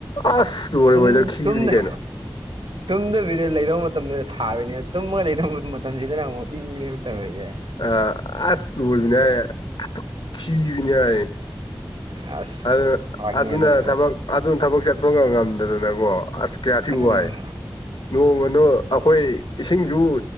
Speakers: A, on the left (about 70°); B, on the right (about 85°).
A: ꯑꯁ ꯂꯣꯔꯦ
B: ꯇꯨꯝ
A: ꯋꯦꯗꯔ ꯤꯈꯤꯕꯅꯤ
B: ꯇꯨꯝꯗ
A: ꯀꯩꯅꯣ
B: ꯇꯨꯝꯗꯕꯤꯗ ꯂꯩꯔꯧꯕ ꯃꯇꯝꯗꯨꯗ ꯁꯥꯕꯅꯦ ꯇꯨꯝꯃꯒ ꯂꯩꯗ ꯃꯇꯝꯁꯤꯗꯅ ꯑꯃꯨꯛ ꯏꯪꯉꯅꯦꯕ ꯎꯠꯇ ꯑꯣꯏ ꯌꯥꯦ
A: ꯑ ꯑꯁ ꯂꯕꯣꯏꯕꯤꯅꯦꯍ ꯑꯠꯇ ꯀꯈꯤꯕꯤꯅꯦꯍꯥꯏ
B: ꯑꯁ
A: ꯑꯗꯨ
B: ꯐꯥꯏꯅꯦ
A: ꯑꯗꯨꯅ
B: ꯑꯗꯨꯁꯨ
A: ꯊꯕꯛ ꯑꯗꯨꯅ ꯊꯕꯛ ꯆꯠꯄꯒ ꯉꯝꯗꯗꯅꯀꯣ ꯑꯁ ꯀꯌꯥ ꯊꯤꯛ
B: ꯎꯝ
A: ꯋꯥꯏ ꯅꯣꯡꯃꯗ ꯑꯩꯈꯣꯏ ꯏꯁꯤꯡꯁꯨ